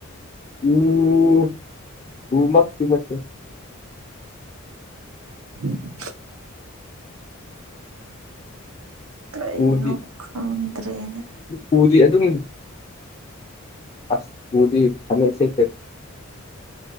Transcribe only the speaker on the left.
ꯎꯝ ꯎ ꯃꯁ ꯅꯦ
ꯄꯗꯤ
ꯄꯖꯤ ꯑꯗꯨ ꯑꯗꯨꯝ ꯑꯁ ꯃꯗꯤ ꯍꯁꯦ